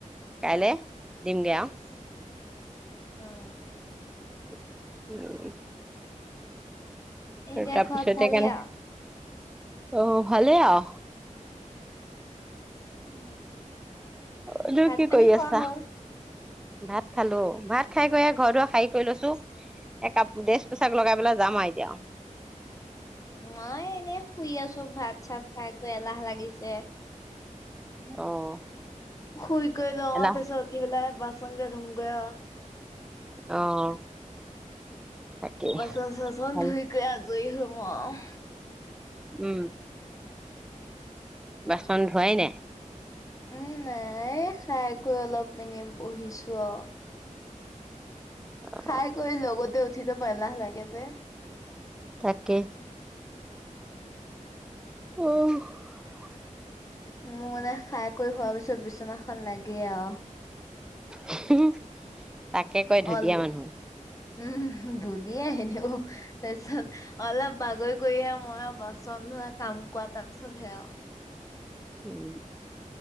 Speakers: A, in the centre; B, on the left.
A: কাইলে দিমগে আও।
B: উম।
A: উম
B: এতিয়া
A: তাৰপিছতে
B: ঘৰত ভালে
A: কেনে
B: আও।
A: অ' ভালে আও।
B: <inaudible>
A: <unintelligible>
B: ভাত
A: কি
B: পানী
A: কৰি
B: খোৱা
A: আছা?
B: হ'ল
A: ভাত খালোঁ। ভাত খাই-কৈ ঘৰ দুৱাৰ এই সাৰি-কৰি লৈছোঁ। এককাপ ড্ৰেছ-পোছাক লগাই পেলাই যাম আৰু এতিয়া।
B: মই এনেই শুই আছোঁ, ভাত-চাত খাইকৈ এলাহ লাগিছে।
A: অ'।
B: শুই কৰি লওঁ। তাৰ
A: এলা
B: পিছত উঠি পেলাই বা বাচনকেইটা ধুমগৈ আও।
A: অ' তাকেই
B: বাচন-ছাচন
A: ভাল
B: ধুই ক আজৰি হ'ম আৰু।
A: উম বাচন ধোৱাই নাই?
B: উম নাই খাইকৈ অলপ মানি বহিছো আও।
A: অ
B: খাই কৰি লগতে উঠি যে কেতিয়াবা এলাহ লাগে যে
A: তাকে। <unintelligible>
B: মোৰ মানে খাই কৰি হোৱাৰ পিছত বিচনাখন লাগে আও।
A: হ‍ঁ-হঁ তাকে কয় ধুনীয়া
B: অল
A: মানুহ।
B: উম, ধুনীয়া এনেও। তাৰপিছত অলপ বাগৰি কৰিহে মই আৰু বাচন ধুৱা কাম কৰা। তাৰ পিছত সেয়া
A: উম